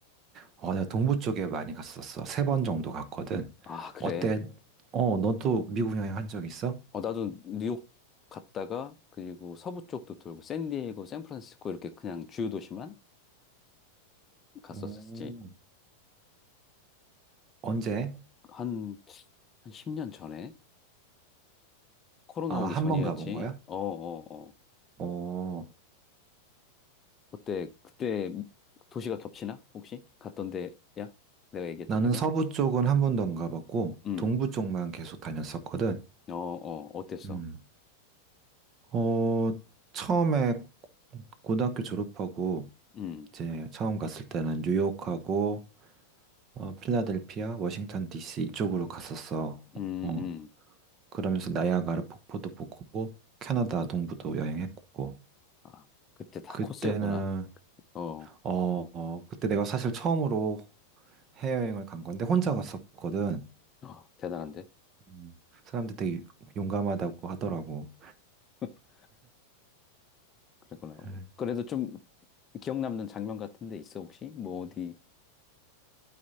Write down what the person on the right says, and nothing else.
어, 내가 동부 쪽에 많이 갔었어. 세 번 정도 갔거든.
어때? 어, 너도 미국 여행 한 적 있어?
오, 언제?
아,
한
번 가본 거야?
어,
나는
서부 쪽은 한 번도 안 가봤고,
동부 쪽만 계속 다녔었거든.
음, 어, 처음에 고등학교 졸업하고
이제 처음 갔을 때는 뉴욕하고 어, 필라델피아, 워싱턴 DC 이쪽으로 갔었어.
어,
그러면서 나이아가라 폭포도 보고 캐나다 동부도 여행했고
그때는
어, 어, 그때 내가 사실 처음으로 해외여행을 간 건데 혼자 갔었거든.
음, 사람들 되게 용감하다고 하더라고.
음.